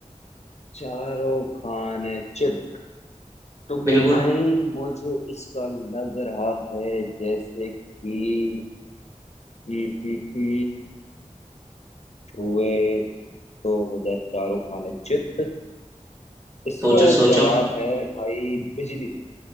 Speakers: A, on the left (about 55°); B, on the right (about 25°).
A: चारों खाने चित तो
B: बिल्कुल
A: भाई मुझे इसका लग रहा है जैसे कि कि- कि- कि छुए तो हो जाए चारों खाने चित इसका
B: सोचो सोचो
A: जवाब है भाई बिजली